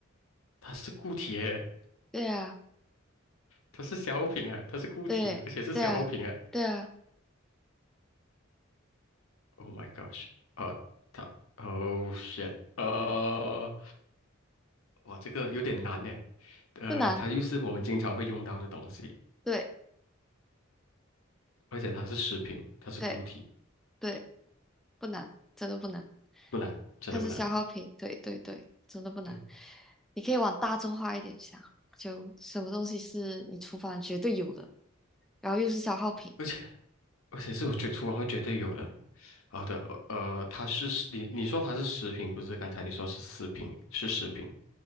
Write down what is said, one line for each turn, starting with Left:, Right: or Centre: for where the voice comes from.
Left: 它是固体耶，
Centre: <laughs> 对啊，
Left: 它是消耗品啊，它是固体，
Centre: 对，
Left: 而且是消耗品啊。
Centre: 对啊，对啊，
Left: Oh my gosh，呃，它，Oh shit，呃，哇，这个有点难呢。呃，
Centre: 不难，
Left: 它又是我们经常会用到的东西，
Centre: 对，
Left: 而且它是食品，它是固体，
Centre: 对，对，不难，真的不难。
Left: 不难，真的不难。
Centre: 它是消耗品，对，对，对，真的不难。
Left: 嗯，
Centre: 你可以往大众化一点想，就什么东西是你厨房绝对有的，然后又是消耗品。
Left: 而且而且是我觉得厨房会绝对有的。好的，呃，它是食你你说它是食品，不是？刚才你说是食品，是食品，